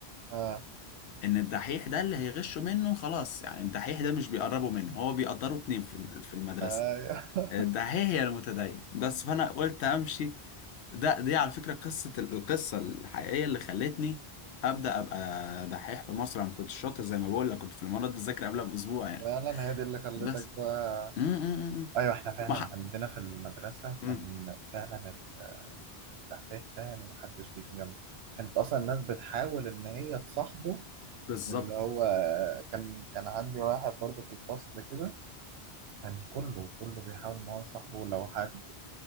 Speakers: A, on the right; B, on the left.
A: اه
B: ان الدحيح ده اللي هيغشوا منه خلاص يعني الدحيح ده مش بيقربوا منه هو بيقدروا اتنين في في المدرسه
A: ايوه
B: الدحيح يا المتدين بس فانا قلت امشي ده دي على فكرة قصة القصة الحقيقية اللي خلتني أبدأ أبقى دحيح في مصر أنا ما كنتش شاطر زي ما بقول لك كنت في الإمارات بذاكر قبلها بأسبوع يعني
A: فعلا هي دي اللي خلتك
B: بس
A: بقى
B: م- م- م- م.
A: ايوه احنا فعلا
B: وبح...
A: عندنا في المدرسه
B: م.
A: كان فعلا ال- الدحيح ده يعني ما حدش بيجي جنبه كانت اصلا الناس بتحاول ان هي تصاحبه
B: بالظبط
A: اللي هو كان كان عندي واحد برضه في الفصل كده كان كله كله بيحاول ان هو يصاحبه لو حد